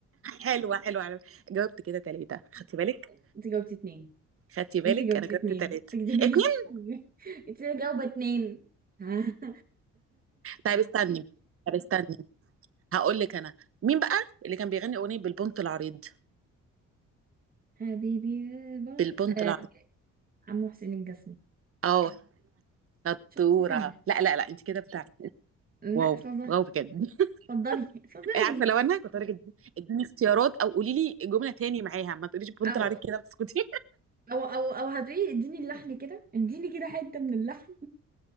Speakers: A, on the right (about 45°); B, on the right (about 30°).
A: حلوه حلوه على فكره جاوبت كده ثلاثه خدتي بالك
B: <laughs> انت جاوبتي اتنين
A: خدتي بالك
B: انت جاوبتي
A: انا جاوبت
B: اتنين
A: ثلاثه
B: تكدبيش
A: اتنين
B: <laughs> انت جاوبة اتنين ها <laughs>
A: طيب استني طب استني هقول لك انا مين بقى اللي كان بيغني اغنيه بالبنط العريض
B: حبيبي بند
A: بالبنط
B: آه.
A: العريض
B: عمو حسين الجسمي
A: اه شطوره
B: شفتي سهلة
A: لا لا لا انت كده بتاع
B: لا
A: واو
B: اتفضلي
A: واو بجد <laughs>
B: اتفضلي اتفضلي
A: عارفه لو انا كنت هقول لك ادي- اديني اختيارات او قولي لي جمله تاني معاها ما تقوليش بالبنط
B: او
A: العريض كده بتسكتي
B: او او او هتقولي اديني اللحن كده اديني كده حتة من اللحن